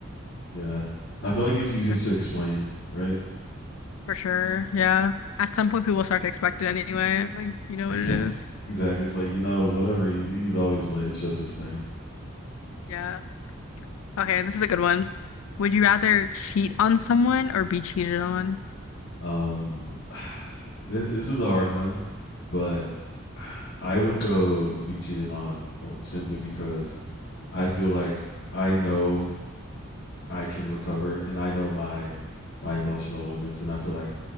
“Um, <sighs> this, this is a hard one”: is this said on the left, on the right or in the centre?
Left